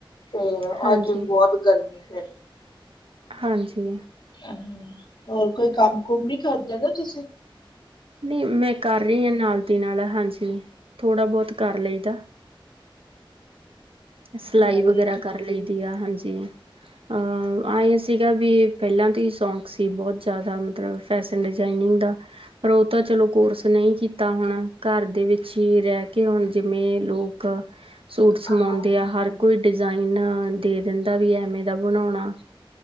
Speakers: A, on the left; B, on the right.
A: ਤੇ
B: ਹਾਂਜੀ
A: ਅੱਜ ਵੀ ਬੋਟ ਗਰਮੀ ਫੇਰ।
B: ਹਾਂਜੀ।
A: ਹ ਹੋਰ ਕੋਈ ਕੰਮ ਕੁਮ ਨੀ ਕਰਦੇ ਨਾ ਤੁਸੀ।
B: ਨਹੀਂ ਮੈਂ ਕਰ ਰਹੀ ਹਾਂ ਨਾਲ ਦੀ ਨਾਲ ਹਾਂਜੀ। ਥੋੜ੍ਹਾ ਬਹੁਤ ਕਰ ਲਈ ਦਾ। ਸਿਲਾਈ
A: ਮੈਂ ਵੀ
B: ਵਗੈਰਾ ਕਰ ਲਈ ਦੀ ਆ ਹਾਂਜੀ ਆ ਇਹ ਸੀਗਾ ਵੀ ਪਹਿਲਾਂ ਤੋਂ ਹੀ ਸੌਂਕ ਸੀ ਬਹੁਤ ਜ਼ਿਆਦਾ, ਮਤਲਬ ਫੈਸ਼ਨ ਡਿਜਾਇਨਿੰਗ ਦਾ, ਪਰ ਉਹ ਤਾਂ ਚਲੋ ਕੋਰਸ ਨਹੀਂ ਕੀਤਾ। ਤਾਂ ਹੁਣ ਘਰ ਦੇ ਵਿੱਚ ਹੀ ਰਹਿ ਕੇ, ਹੁਣ ਜਿਵੇਂ ਲੋਕ। ਸੂਟ ਸਮਾਉਂਦੇ
A: ਹਾਂ
B: ਆ, ਹਰ ਕੋਈ ਡਿਜ਼ਾਇਨ ਦੇ ਦਿੰਦਾ ਵੀ ਐਵੇਂ ਦਾ ਬਣਾਉਣਾ।